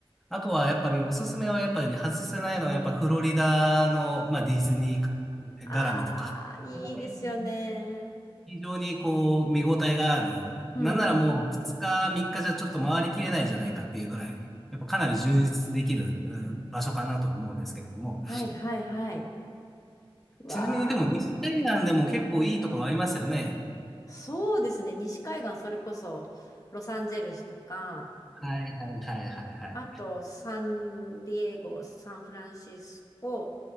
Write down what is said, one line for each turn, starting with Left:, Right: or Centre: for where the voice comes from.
Centre: あとはやっぱりおすすめはやっぱり外せないのはやっぱフロリダの、まあ、ディズニー
Left: ああ、
Centre: 絡みとか。
Left: いいですよね。
Centre: この辺非常にこう見応えがある。なんならもう2日3日じゃちょっと回りきれないんじゃないかっていうぐらい、
Left: うんうん。
Centre: やっぱかなり充実できるうん場所かなとは思うんですけれども。
Left: はいはいはい。わあ、
Centre: ちなみにでも西海岸でも結構いいところありますよね。
Left: そうですね。西海岸、それこそ、ロサンゼルスとか、
Centre: はいはいはいはいはい。
Left: あと、サンディエゴ、サンフランシスコ、